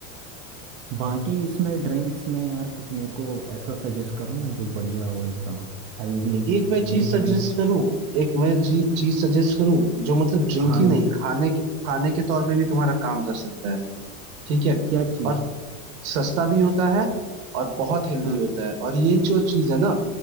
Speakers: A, on the right (about 30°); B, on the right (about 70°).
A: बाकी इसमें ड्रिंक्स में यार कुछ मेरे को ऐसा सजेस्ट करो ना जो बढ़िया हो एकदम हेल्दी
B: तो एक मैं
A: हेल्दी
B: चीज सजेस्ट
A: ड्रिंक
B: करूँ एक मैं जी चीज सजेस्ट करूँ जो मतलब ड्रिंक
A: हाँ
B: ही नहीं
A: इस
B: खाने के खाने के तौर पे भी तुम्हारा काम कर सकता है ठीक है
A: क्या चीज़
B: और सस्ता भी होता है और बहुत हेल्दी
A: हाँ
B: होता है और ये जो चीज है ना